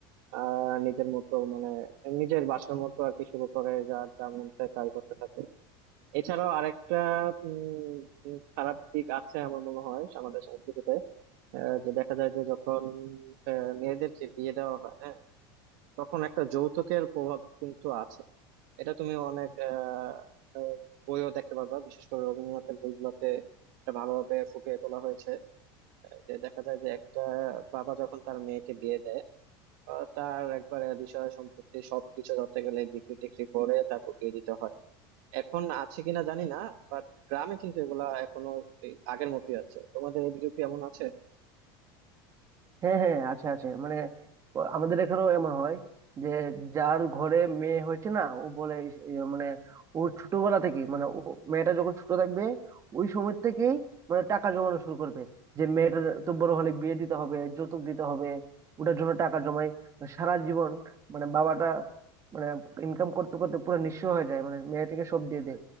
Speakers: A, on the right; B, on the right.
A: আহ নিজের মতো মানে নিজের বাসার মতো আর কি শুরু করে যা যা মন চায় তাই করতে থাকে এছাড়াও আরেকটা উম, উম, খারাপ দিক আছে আমার মনে হয় আমাদের সংস্কৃতিতে আহ, যে দেখা যায় যে যখন আহ, মেয়েদের যে বিয়ে দেওয়া হয় হ্যাঁ তখন একটা যৌতুকের প্রভাব কিন্তু আছে এটা তুমি অনেক আহ, আহ, বইও দেখতে পারবা বিশেষ করে রবীন্দ্রনাথের বইগুলোতে এটা ভালোভাবে ফুটিয়ে তোলা হয়েছে আহ, যে দেখা যায় যে একটা বাবা যখন তার মেয়েকে বিয়ে দেয় আহ, তার একবারে বিষয় সম্পত্তি সবকিছু ধরতে গেলে বিক্রি টিক্রি করে তারপর দিয়ে দিতে হয় এখন আছে কিনা জানি না বাট গ্রামে কিন্তু এগুলা এখনো এই আগের মতোই আছে তোমাদের এদিকে কি এমন আছে
B: হ্যাঁ হ্যাঁ আছে আছে মানে ও আমাদের এখানেও এমন হয় যে যার ঘরে মেয়ে হয়েছে না ও বলে ইস- এ, মানে ও ছোটবেলা থেকে মানে ও মেয়েটা যখন ছোট থাকবে ওই সময় থেকেই মানে টাকা জমানো শুরু করবে যে মেয়েটা তো বড় হলে বিয়ে দিতে হবে যৌতুক দিতে হবে ওটার জন্য টাকা জমাই মানে সারা জীবন মানে বাবাটা মানে ইনকাম করতে করতে পুরো নিঃস্ব হয়ে যায় মানে মেয়েটাকে সব দিয়ে দেয়